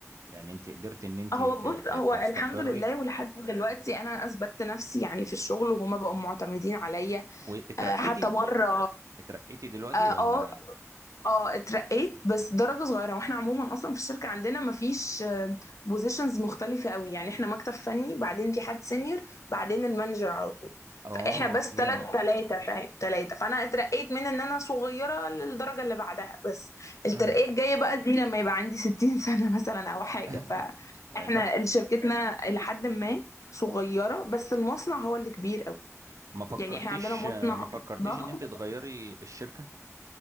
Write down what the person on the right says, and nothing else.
يعني انت قدرت ان انت
ت-
ت-
تستقري
واترقيتي
اترقيتي دلوقتي
ولا
اه
فهمت
<clears throat> أمم.
<laughs>
طب
ما فكرتيش
ما فكرتيش
ان انت تغيري الشركة